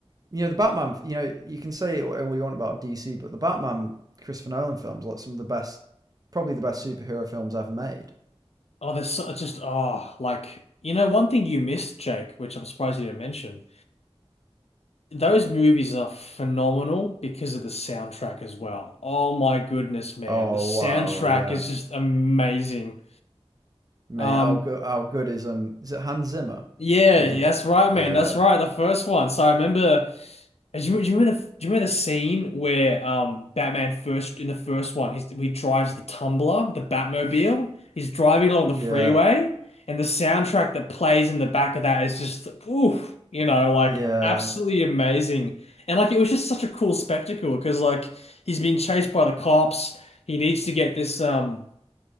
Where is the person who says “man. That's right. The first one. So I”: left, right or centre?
Left